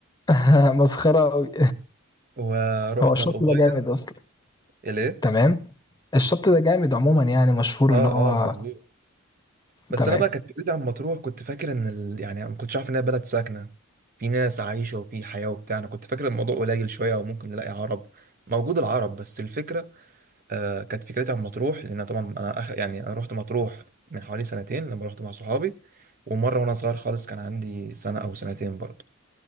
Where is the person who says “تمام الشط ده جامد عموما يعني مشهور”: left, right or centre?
Left